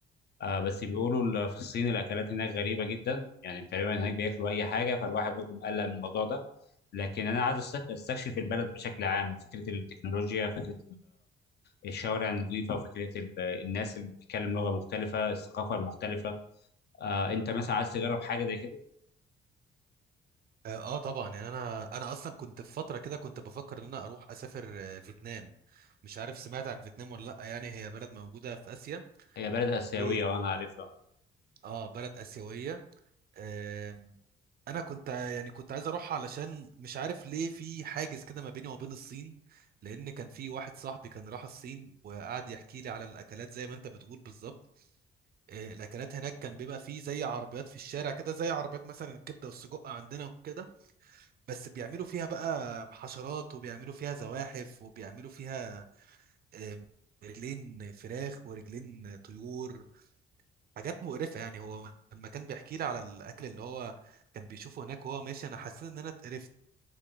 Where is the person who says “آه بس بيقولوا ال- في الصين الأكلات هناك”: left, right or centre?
Left